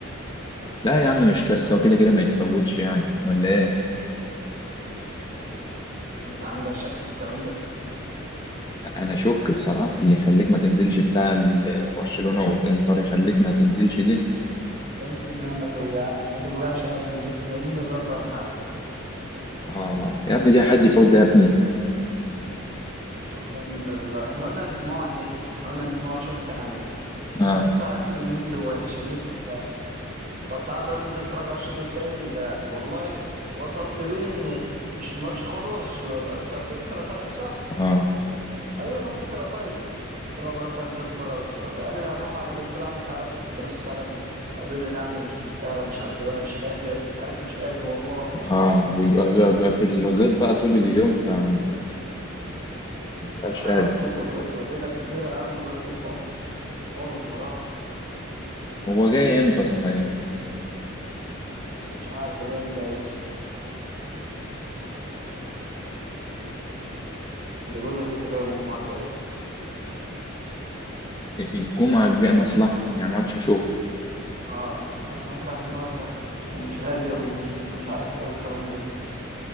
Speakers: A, on the left; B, on the right.
A: لا يا عم مش كارثه وكده كده ما يتفوتش يعني ولا ايه
B: انت عندك شك في الكلام ده
A: انا شك بصراحه اللي يخليك ما تنزلش بتاع ال- برشلونه والانتر يخليك ما تنزلش
B: بس
A: دي
B: بس بقى ما توجع ما توجعش قلبي بس بقى منه لله ابراهيم حسن
A: اه لا يا ابني دي حد يفوت ده يا ابني
B: والله منه لله احنا قلنا نسمعه على النت احنا قلنا نسمعه الشوط التاني على النت
A: اه
B: افتح يا حبيبي النت وحش النت خرا طب تعال يا ابراهيم ننزل نتفرج على الشوط التاني لا والله وصلت بيه ان مش الماتش خلص ولا كان في اكسترا تايم صح
A: اه
B: ايوه كان في اكسترا تايم قلت له يا ابراهيم تعالى ننزل نتفرج على الاكسترا تايم قال لي هنروح على دي قلت له يا عم تعالى بس تبقى نص ساعه جامده هتقول لي لا يا عم مش مستاهله ومش عارف ايه وانا مش قادر انت عارف مش قادر والله
A: اه بيبقى بيبقى في الغيط بقى طول اليوم فمبقاش قادر
B: آه، على الطوب ولغته ليلة كبيرة يا عم الله يكون في عونه بصراحة
A: هو جاي امتى صحيح
B: مش عارف هو جاي امتى بس ده بيقول لك لسه جاي يوم الجمعة الجاية
A: الجمعه الجايه مصلحه يعني ما عادش اشوف
B: اه يعني هتريح دماغك ومش قادر ومش مش عارف ايه والكلام ده